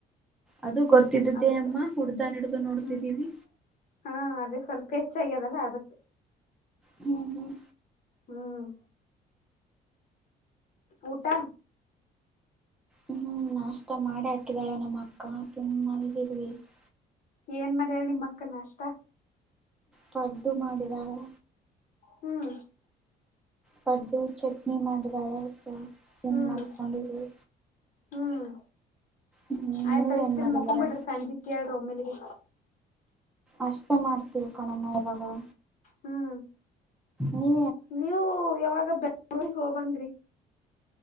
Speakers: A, in the centre; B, on the left.
A: ಅದು ಗೊತ್ತಿದ್ದಿದ್ದೇ
B: ಅದಕ್
A: ಅಮ್ಮ ಹುಡ್ದನ್ ಹಿಡ್ದು ನೋಡ್ತಿದ್ದೀವಿ.
B: ಹ್ಮ್ ಹಾ ಅದೇ ಸ್ವಲ್ಪ ಹೆಚ್ಚಾಗ್ಯದಲ್ಲ ಅದಕ್ಕೆ.
A: ಹ್ಮ ಹ್ಮ್.
B: ಹ್ಮ್- ಊಟಾ.
A: ಹ್ಮ್ ನಾಷ್ಟ ಮಾಡಿ ಹಾಕಿದಾಳೆ ನಮ್ಮ ಅಕ್ಕ. ಿ <unintelligible>
B: ಏನ್ ಮಾಡ್ಯಾಲ್ ನಿಮ್ ಮಕ್ಕ ನಾಷ್ಟ.
A: ಪಡ್ಡುು ಮಾಡಿದಾಳೆ.
B: ಹ್ಮ್-
A: ಪಡ್ಡು ಚಟ್ನಿ ಮಾಡಿದಾಳೆ ಸೊ
B: ಹ್ಮ್
A: ಇನ್ ಮಾಡ್ಕೊಂಡಿಡಿವಿ.
B: ಹ್ಮ್
A: ಹ್ಮ್
B: ಆಯ್ತ್
A: ನೀವೇನ್
B: ಆದೀಸ್ಟು ಇಷ್ಟ ದನ್
A: ಮಾಡಿದೀರಾ
B: ಮಕೊ ಬಿಡ್ರಿ ಸಂಜೆ ಕೇಳ್ರಿ ಒಮ್ಮೇಲಿಗೆ.
A: ಅಷ್ಟೇ ಮಾಡ್ತೀವಿ ಕಣಮ್ಮ ಇವಾಗ.
B: ಹ್ಮ್
A: ನೀ
B: ನೀವು ಯಾವಾಗ ಬೆಂಗಳೂರಿಗೆ ಹೋಗಬಂದ್ರಿ.